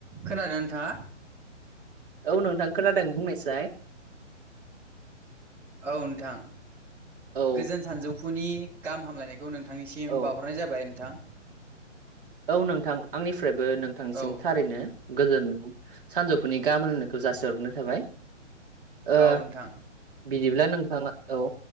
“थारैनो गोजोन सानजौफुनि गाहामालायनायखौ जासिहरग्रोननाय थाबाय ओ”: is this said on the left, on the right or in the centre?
Right